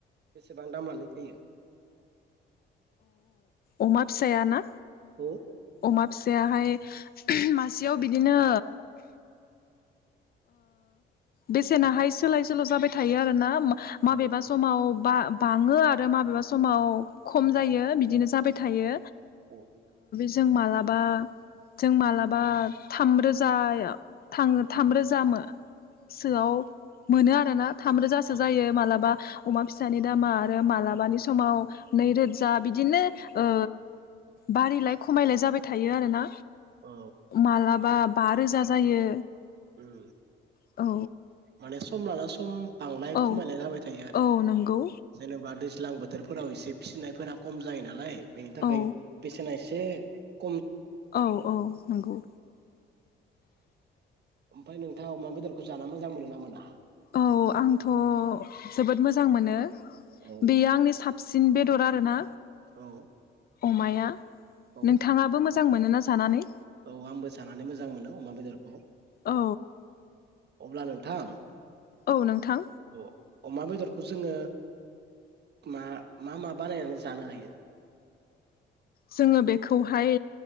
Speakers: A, on the right (about 55°); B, on the left (about 50°).
A: बेसेबां दामानो थोयो
B: अमा फिसायाना
A: औ
B: अमा फिसायाहाय मासेयाव बिदिनो बेसेनाहाय सोलाय सोल जाबाय थायो आरो ना माबेबा
A: औ
B: समाव बा-बाङो आरो माबेबा समाव खम
A: औ
B: जायो बिदिनो जाबाय
A: औ
B: थायो।
A: औ
B: जों मालाबा जों मालाबा थाम रोजाया थाम रोजा जामो सोआव मोनो आरोना थाम रोजासो
A: औ
B: जायो मालाबा अमा फिसानि दामा ओ मालाबानि
A: उम
B: समाव नैरोजा बिदिनो ओ बारिलाय खमायलाय जाबाय थायो आरोना
A: औ
B: मालाबा बा रोजा जायो।
A: उम
B: औ
A: माने सम लाना सम बांनाय
B: औ
A: खमायनाय जाबाय थायो आरो
B: औ नंगौ
A: जेनेबा दैज्लां बोथ बोथोरफोराव एसे फिसिनायफोरा खम जायो नालाय बेनि थाखाय
B: औ
A: बेसेना एसे जे
B: औ औ नंगौ
A: ओमफाय नोंथाङा अमा बेदरखौ जाना मोजां मोनो ना मोना?
B: औ आंथ' जोबोद मोजां मोनो
A: औ
B: बेयो आंनि सा सिन बेदर आरोना
A: औ
B: अमाया
A: औ
B: नोंथाङाबो मोज जां मोनोना जानानै?
A: औ आंबो जानानै मोजां मोनो अमा बेदरखौ
B: औ
A: अब्ला नों थां
B: औ नोंथां
A: अ-अमा बेदरखौ जोङो मा मा मा बानायनानै जानो हायो?
B: जोङो बेखौहाय